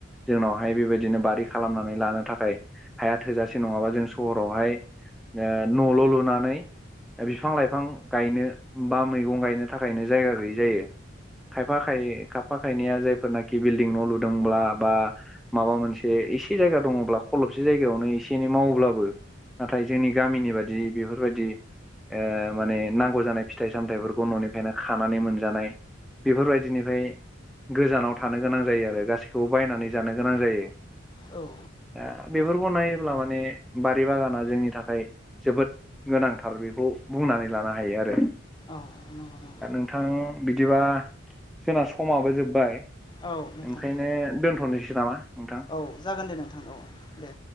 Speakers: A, in the centre; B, on the left (about 25°).
A: जोंनावहाय बेबायदिनो बारि खालामनानै लानो थाखाय हाया थोजासे नङाबा जों सहरावहाय ओ न'ल' लुनानै बिफां लाइफां गायनो बा मैगं गायनो थाखायनो जायगा गैयै जायो खायफा खाय खायफा खायनैआ जायफोरनाखि बिल्डिं न' लुदोंब्ला बा माबा मोनसे एसे जायगा दङोब्ला खलबसे जायगायावनो एसे एनै मावोब्लाबो नाथाय जोंनि गामिनि बादि बेफोरबादि ओ माने नांगौ जानाय फिथाइ सामथायाइफोरखौ न'निफ्रायनो खानानै मोनजानाय बेफोरबादिनिफाय गोजानाव थानो गोनां जायो आरो गासैबो गासिखौबो बायनानै जानो गोनां जायो
B: औ
A: दा बेफोरखौ नायोब्ला माने बारि बागाना जोंनि थाखाय जोबोद गोनांथार बेखौ बुंनानै लानो हायो आरो
B: औ नंगौ नंगौ
A: दा नोंथां बिदिबा जोंना समाबो जोब्बाय
B: औ नोंथां
A: ओंखायनो दोनथ'नोसै नामा नोंथां
B: औ जागोन दे नोंथां औ दे